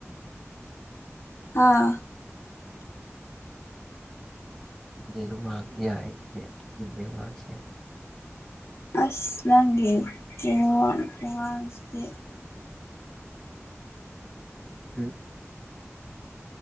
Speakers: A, on the left (about 60°); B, in the centre.
A: ꯑꯥ
B: ꯂꯩꯚ ꯌꯥꯒꯁꯦ
A: ꯑꯁ ꯅꯪꯒꯤ ꯋꯥꯋꯥꯥꯡꯁꯤꯦ
B: ꯎꯝ